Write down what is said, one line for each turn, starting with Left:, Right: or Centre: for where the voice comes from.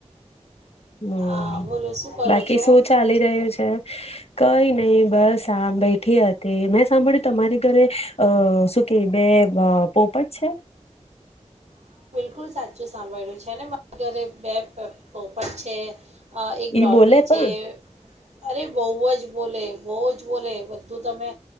Left: હમ
Right: હા બોલો શું કરો
Left: બાકી
Right: છો
Left: શું ચાલી રહ્યું છે? કઈ નહી બસ. બેઠી હતી મે. સાંભળી તમારી ઘરે અ શું કે બે. પોપટ છે?
Right: <unintelligible> સાંભળ્યું છે ને મારા ઘરે બે. પોપટ છે. આ એક ડોગી
Left: ઈ બોલે
Right: છે,
Left: પણ
Right: અરે બહુ જ બોલે બહુ જ બોલે. બધું તમે,